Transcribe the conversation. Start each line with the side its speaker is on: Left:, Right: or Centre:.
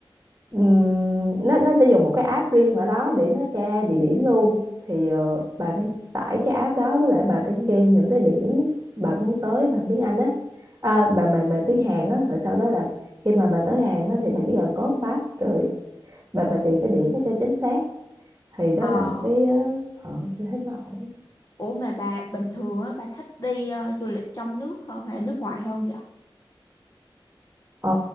Right: Ừm, nó nó sẽ dùng một cái app riêng ở đó để nó tra địa điểm luôn thì ờ, bà nên tải cái app đó với lại bà nên ghi những cái điểm bà muốn tới bằng tiếng Anh á à, bằng bằng bằng tiếng Hàn á rồi sau đó là khi mà bà tới Hàn á thì bà chỉ cần copy paste rồi bà bà tìm cái điểm đó cho chính xác thì đó
Left: ờ
Right: là một cái ờ, ờ, tôi thấy nó ổn
Left: ủa mà bà bình thường á bà thích đi ờ, du lịch trong nước hơn hay là nước ngoài hơn vậy
Right: Ờ,